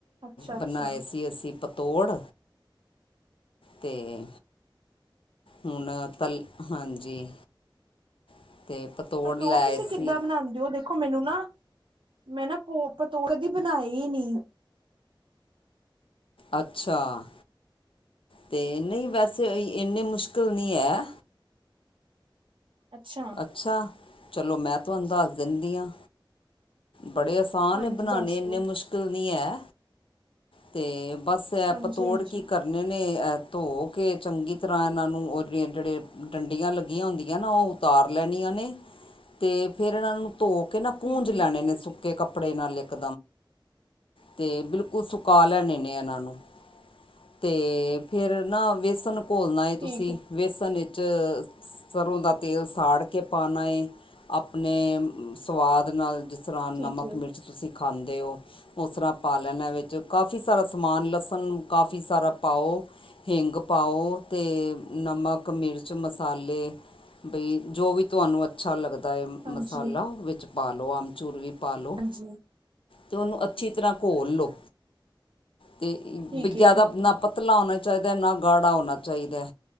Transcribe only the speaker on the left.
ਬਣਾਏ ਸੀ ਅਸੀਂ ਪਤੋੜ। ਤੇ, ਹੁਣ ਫਲ ਹਾਂਜੀ। ਅਤੇ
ਲੈ
ਆਏ
ਸੀ
ਅੱਛਾ! ਤੇ ਨਈਂ ਵੈਸੇ ਏ-ਇੰਨੇ ਮੁਸ਼ ਕਲ ਨਈਂ ਐ।
ਅੱਛਾ। ਚਲੋ, ਮੈਂ ਤੁਹਾਨੂੰ ਦੱਸ ਦਿੰਦੀ ਆਂ। ਬੜੇ ਆਸਾਨ
ਨੇ ਬਣਾਉਣੇ।
ਇੰਨੀ
ਮੁਸ਼ਕਿਲ ਨਈਂ ਐ। ਤੇ ਬਸ ਐ
ਪਤੋੜ
ਕੀ ਕਰਨੇ ਨੇ ਐ ਧੋ ਕੇ ਚੰਗੀ ਤਰ੍ਹਾਂ ਇਹਨਾਂ ਨੂੰ ਓ ਜਿਹੜੇ ਡੰਡੀਆਂ ਲੱਗੀਆਂ ਹੁੰਦੀਆਂ ਨਾ। ਓ ਉਤਾਰ ਲੈਣੀਆਂ ਨੇ, ਤੇ ਫਿਰ ਇਹਨਾਂ ਨੂੰ ਧੋ ਕੇ ਨਾ ਪੂੰਜ
ਲੈਣੇ ਨੇ ਸੁੱਕੇ ਕੱਪੜੇ ਨਾਲੇ। ਇਕ ਤੇ ਬਿਲਕੁਲ ਸੁਕ ਸੁਕਾ ਲੈਣੇ ਨੇ ਇਨਾਂ ਨੂੰ। ਤੇ ਫੇਰ ਨਾ ਵੇਸਨ ਘੋਲਣਾ ਏ ਤੁਸੀਂ
ਵੇਸਨ 'ਚ 'ਚ ਸਰੋਂ ਦਾ ਤੇਲ ਸਾੜ ਕੇ ਪਾਣਾ ਏ ਆਪਣੇ ਸਵਾਦ ਨਾਲ ਜ ਦੁਰਾਨ
ਨਮਕ,
ਮਿਰਚ ਤੁਸੀਂ ਖਾਂਦੇ ਔ। ਓਸਰ੍ਹਾਂ ਪਾ ਲੈਣਾ ਵਿੱਚ ਕਾਫ ਕਾਫੀ ਸਾਰਾ ਸਮਾਨ, ਲਸਣ ਕਾਫੀ ਸਾਰਾ ਪਾਓ, ਹਿੰਗ ਪਾਓ, ਤੇ ਨਮਕ, ਮਿਰਚ ਮਸਾਲੇ ਬਈ ਜੋ ਵੀ ਤੁਆਨੂੰ ਅੱਛਾ ਲੱਗਦਾ। ਦਾ ਏ
ਮਸਾਲਾ ਵਿੱਚ ਪਾਲੋ ਅੰਬ ਚੂਰ ਵੀ ਪਾਲੋ।
ਤੇ ਉਨੂੰ ਅੱਛੀ ਤਰ੍ਹਾਂ ਘੋਲ ਲਓ। ਤੇ
ਜ਼ਾਦਾ
ਨਾ ਪਤਲਾ ਔਨਾ ਚਾਈਦਾ ਨਾ ਗਾੜਾ ਹੋਣਾ ਚਾਈਦਾ।